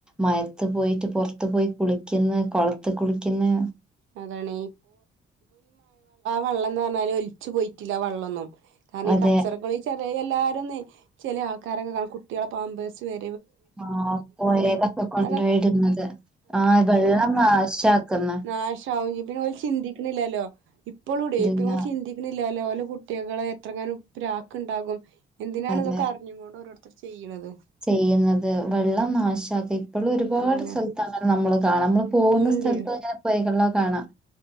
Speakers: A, in the centre; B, on the right.
A: മയത്ത് പോയിട്ട് പുറത്ത് പോയി കുളിക്ക്ന്ന്കൊളത്ത് കുളിക്ക്ന്ന്
B: അതാണ് വെള്ളം എന്ന് പറഞ്ഞാല് ഒലിച്ച് പോയിട്ടില്ല ആ വെള്ളന്നും കാരണം
A: അതെ.
B: ഈ കച്ചറക്കളി ചെറയല്ല ക്കാരൊന്ന്ചില ആൾക്കാരെക്കെ കാണാകുട്ടികളെ പാമ്പേഴ്സ് വേ
A: ആ പോയേ ലെക്കെ കൊണ്ട്
B: അതൊക്കെ
A: പോയിടുന്നത് ആ വെള്ളം നാശാക്കു ന്ന്
B: നാശാക്കും പിന്നെ ഓല് ചിന്തിക്കുന്നില്ലല്ലോ ഇപ്പളും ടെ
A: ഇതില്ല
B: പിന്നെ ഓല് ചിന്തിക്കുന്ന ഇല്ലല്ലോഓലെ കുട്ടികളെ എത്രങ്ങാനും പ്രാക്ക് ണ്ടാകും എന്തിനാണ്
A: അതെ.
B: ഇതൊക്കെ അറിഞ്ഞ് കൊണ്ട് ഓരോർ ത്രർ ചെയ്യണത്
A: ചെയ്യുന്നത് വെള്ളം നാശാക്ക ഇപ്പോൾ ഒരുപാട്
B: അതാണ്
A: സ്ഥലത്ത് അങ്ങനെനമ്മൾ <unintelligible> നമ്മൾ പോകുന്ന
B: ഇണ്ട്
A: സ്ഥലത്ത് ഇങ്ങനെ <unintelligible> കാണാം